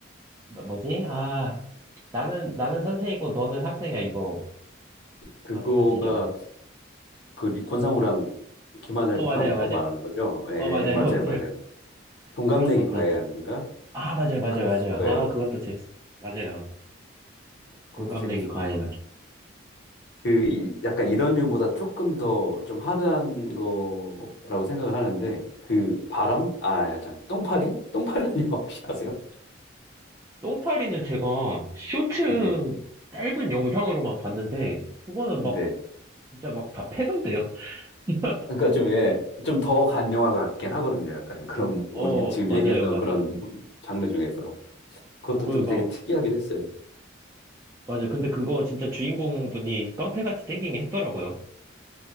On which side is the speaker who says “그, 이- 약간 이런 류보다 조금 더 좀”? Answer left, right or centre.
Left